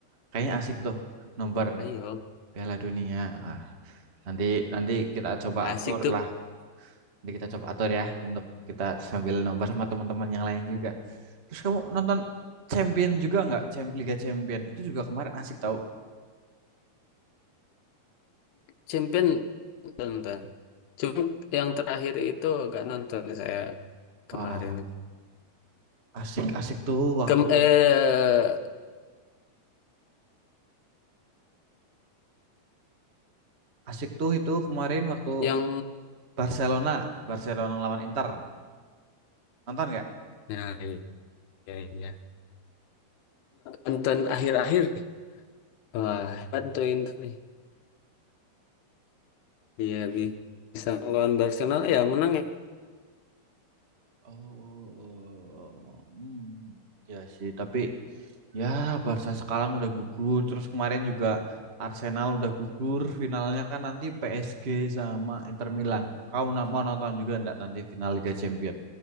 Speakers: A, on the right (about 30°); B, on the left (about 80°).
A: Kayaknya asik tuh nobar
B: ayo
A: Piala Dunia. Ah, nanti nanti kita coba
B: asik
A: atur
B: tuh
A: lah. Nanti kita coba atur ya untuk kita sambil nobar sama teman-teman yang lain juga. Terus kamu nonton Champion juga nggak? Cham- Liga Champion itu juga kemarin asik tau.
B: champion nonton cuma yang terakhir itu gak nonton saya
A: Wah,
B: kemarin
A: asik asik tuh waktu
B: Kem eh
A: asik tuh itu kemarin waktu
B: yang
A: Barcelona, Barcelona lawan Inter. Nonton nggak?
B: nah iya iya nonton akhir-akhir nih. wah bantuin nih Iya bisa lawan Barcelona ya menang ya.
A: Oh, hmm, ya sih. Tapi ya Barca sekarang udah gugur. Terus kemarin juga Arsenal udah gugur. Finalnya kan nanti PSG sama Inter Milan. Kamu na- mau nonton juga nggak nanti final Liga Champions?